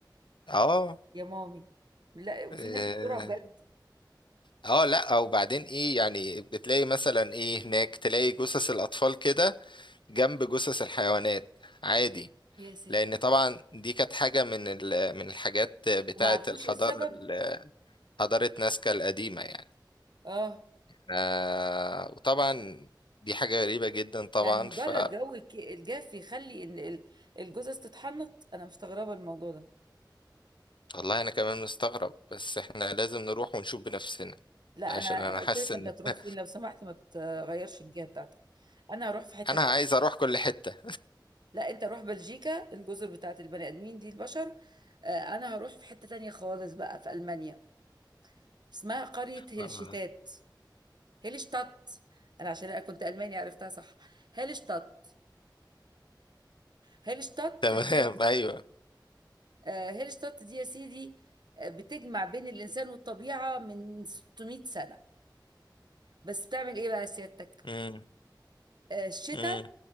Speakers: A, on the left (about 80°); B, on the right (about 65°).
A: اه
B: يا مامي لا وفي
A: اه
B: ناس بتقولها بجد
A: آه، لا وبعدين ايه يعني بتلاقي مثلا ايه هناك تلاقي جثث الاطفال كده جنب جثث الحيوانات عادي
B: يا ساتر
A: لان طبعا دي كانت حاجة من ال- من الحاجات بتاعة
B: وما عرفوش
A: الحضارة
B: ايه السبب
A: ال- حضارة نازكا القديمة يعني
B: اه
A: آه وطبعا دي حاجة غريبة جدا طبعا
B: يعني مجرد
A: ف
B: جو الك- الجاف يخلي ان ال- الجثث تتحنط انا مستغربه الموضوع ده
A: والله أنا كمان مستغرب بس إحنا لازم نروح ونشوف بنفسنا
B: لا
A: عشان
B: انا
A: أنا
B: انا قلت
A: حاسس
B: لك
A: إن
B: انت تروح
A: <laughs>
B: فين لو سمحت ما تغيرش الجهه بتاعتك انا هروح في حته
A: أنا
B: تانية
A: عايز أروح كل حتة
B: لا انت روح بلجيكا الجزر بتاعت البني ادمين دي البشر آه، انا هروح في حته تانية خالص بقى في المانيا اسمها قريه
A: <laughs>
B: هلشتات
A: آه.
B: هيلشتات انا عشان أنا كنت الماني عرفتها صح هيلشتات هيلشتات
A: تمام
B: دي
A: أيوه
B: آه، هيلشتات دي يا سيدي آه، بتجمع بين الانسان والطبيعه من 600 سنه بس بتعمل ايه بقى سيادتك
A: مم.
B: آه، الشتاء
A: مم.